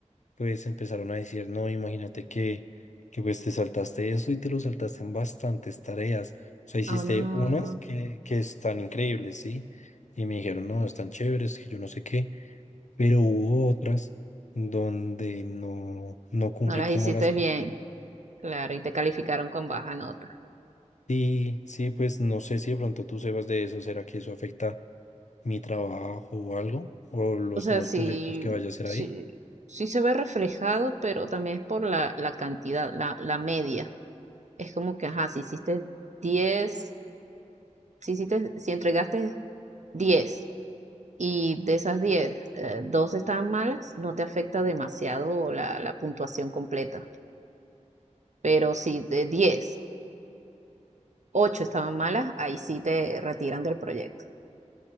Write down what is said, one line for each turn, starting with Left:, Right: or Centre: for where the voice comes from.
Left: pues empezaron a decir, no, imagínate que, que pues te saltaste eso y te lo saltaste en bastantes tareas. O sea, hiciste
Right: O no,
Left: unas que, que están increíbles, ¿sí? Y me dijeron, no, están chéveres, que yo no sé qué, pero hubo otras donde no, no cumplí
Right: no las
Left: como
Right: hiciste
Left: las... cumplí.
Right: bien. Claro, y te calificaron con baja nota.
Left: Sí, sí, pues no sé si de pronto tú sebas de eso, ¿será que eso afecta? mi trabajo o algo, o los
Right: O sea,
Left: nuevos
Right: sí,
Left: proyectos que vaya a hacer
Right: sí,
Left: ahí.
Right: sí se ve reflejado, pero también es por la, la cantidad, la, la media. Es como que, ajá, si hiciste 10, si hiciste, si entregaste 10. Y de esas 10 eh, dos estaban malas, no te afecta demasiado la, la puntuación completa. Pero si de 10 8 estaban malas, ahí sí te retiran del proyecto.